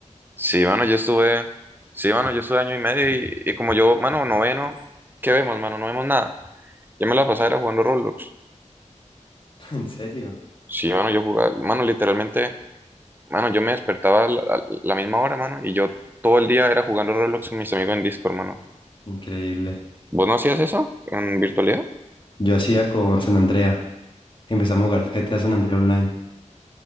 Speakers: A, on the right (about 15°); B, on the left (about 40°).
A: Sí, mano, yo estuve, sí, mano, yo estuve año y medio y, y como yo, mano, noveno, ¿qué vemos, mano? No vemos nada. Yo me la pasaba era jugando Roblox.
B: <laughs> En serio.
A: Sí, mano, yo jugaba, mano, literalmente, mano, yo me despertaba a la, a la misma hora, mano, y yo todo el día era jugando Roblox con mis amigos en Discord, mano.
B: Increíble.
A: ¿Vos no hacías eso en virtualidad?
B: Yo hacía con San Andrea. Empezamos a jugar GTA San Andrea Online.